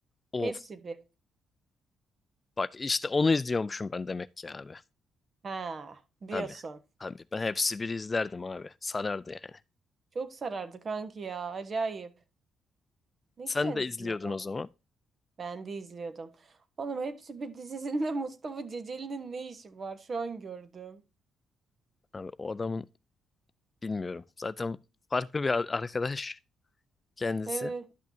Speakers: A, on the left; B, on the right.
A: Of.
B: Hepsi bir.
A: Bak işte onu izliyormuşum ben demek ki abi.
B: Ha diyorsun.
A: Tabii. Tabii. Ben hepsi bir izlerdim abi. Sarardı yani.
B: Çok sarardı kanki ya. Acayip. Ne
A: Sen
B: güzel
A: de
B: diziler.
A: izliyordun o zaman.
B: Ben de izliyordum. Oğlum hepsi bir dizisinde <laughs> Mustafa Ceceli'nin ne işi var? Şu an gördüm.
A: Abi o adamın Bilmiyorum. Zaten farklı bir ar- arkadaş kendisi.
B: Evet,